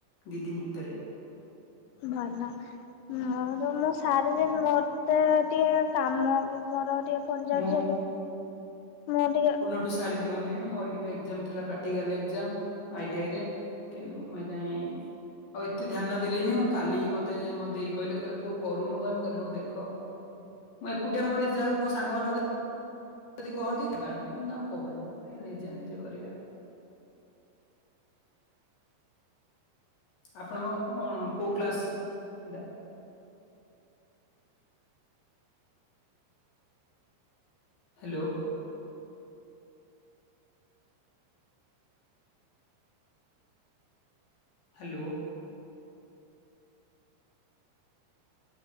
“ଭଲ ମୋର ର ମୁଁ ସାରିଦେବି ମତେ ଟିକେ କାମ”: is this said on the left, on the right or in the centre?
Left